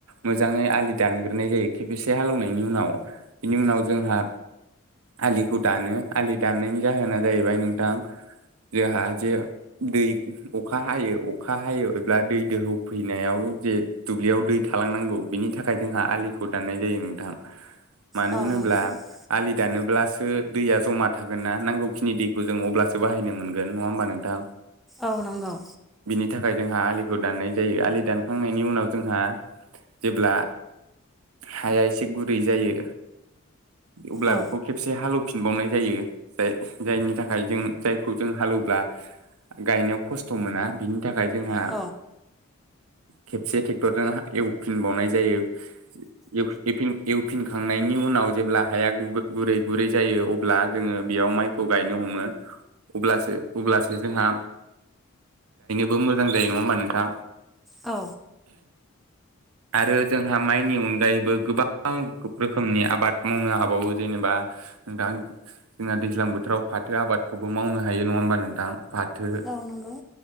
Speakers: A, on the right; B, in the centre.
A: मोजाङै आलि दानग्रोनाय जायो खेसे हालौवनायनि उनाव बिनि उनाव जोंहा आलिखौ दानो आलि दाननायनि जाहोना जाहैबाय नोंथां जोंहा जे दै अखा हायो अखा हायो अब्ला दै दोहौ फैनायाव जे दुब्लियाव दै थालांनांगौ बिनि थाखाय जोंहा आलिखौ दाननाय जायो नोंथां मानो
B: औ
A: होनोब्ला दानोब्लासो दैया जमा थागोन ना नांगौखिनि दैखौ जों अब्लासो बाहायनो मोनगोन नङा होमबा नोंथां
B: औ नंगौ
A: बिनि थाखाय जोंहा आलिखौ दाननाय जायो आलि दानखांनायनि उनाव जोंहा जेब्ला हाया एसे गुरै जायो अब्ला
B: औ
A: बेखौ खेबसे हालेव फिनबावनाय जायो जाय जायनि थाखाय जों जायखौ जों हालेवब्ला गायनायाव खस्थ' मोना बिनि थाखाय जोंहा
B: औ
A: खेबसे ट्रेक्टरजों एवफिनबावनाय जायो <inaudible> फिनखांनायनि उनाव जेब्ला हाया गुरै गुरै जायो अब्ला जोङो बेयाव माइखौ गायनो हमो अब्लासो अब्लासो जोंहा बो मोजां जायो नङा होमबा नोंथां
B: औ
A: आरो जोंहा माइनि अनगायैबो गोबां रोखोमनि आबाद मावनो हाबावो जेनेबा नोंथां जोंना दैज्लां बोथोराव फाथो आबादखौबो मावनो हायो नङा होमबा नोंथां फाथो
B: औ नंगौ